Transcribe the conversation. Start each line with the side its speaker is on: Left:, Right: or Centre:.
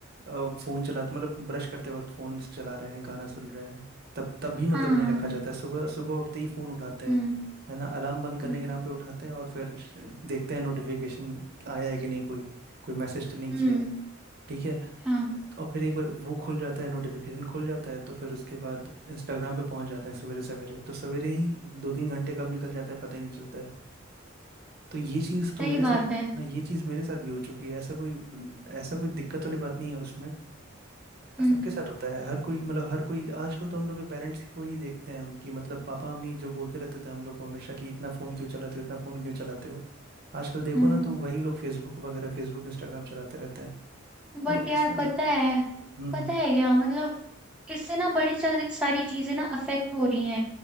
Right: अ, फ़ोन चला तो मतलब ब्रश करते वक्त फ़ोन चला रहे हैं गाना सुन रहे हैं तब तब भी मतलब
Centre: हाँ
Right: नहीं
Centre: हाँ
Right: रखा जाता है सुबह सुबह उठते ही फ़ोन उठाते हैं
Centre: हम्म
Right: है ना अलार्म बंद करने
Centre: हम्म
Right: के नाम पे उठाते हैं और फिर श- देखते हैं नोटिफिकेशन आया है कि नहीं कोई कोई मैसेज तो नहीं
Centre: हम्म
Right: किया है ठीक है
Centre: हाँ
Right: और फिर एक बार वो खुल जाता है नोटिफिकेशन खुल जाता है तो फिर उसके बाद इंस्टाग्राम पे पहुंच जाते हैं सवेरे सवेरे तो सवेरे ही दो तीन घंटे कब निकल जाते हैं पता ही नहीं चलता है तो ये चीज तो
Centre: सही
Right: मेरे
Centre: बात
Right: साथ
Centre: है
Right: हाँ ये चीज मेरे साथ भी हो चुकी है ऐसा कोई ऐसा कोई दिक्कत वाली बात नहीं है उसमें
Centre: हम्म
Right: सबके साथ होता है हर कोई मतलब हर कोई आजकल तो हम लोग के पेरेंट्स को ही देखते हैं हम कि मतलब पापा मम्मी जो बोलते रहते थे हम लोग को हमेशा कि इतना फोन क्यों चलाते हो इतना फोन क्यों चलाते हो आजकल देखो
Centre: हम्म
Right: ना तो वही लोग फेसबुक वगैरह फेसबुक इंस्टाग्राम चलाते रहते हैं
Centre: बट
Right: तो
Centre: यार
Right: ऐसा
Centre: पता है
Right: हम्म
Centre: पता है क्या मतलब इससे ना बड़ी सा- सारी चीजें ना अफेक्ट हो रही हैं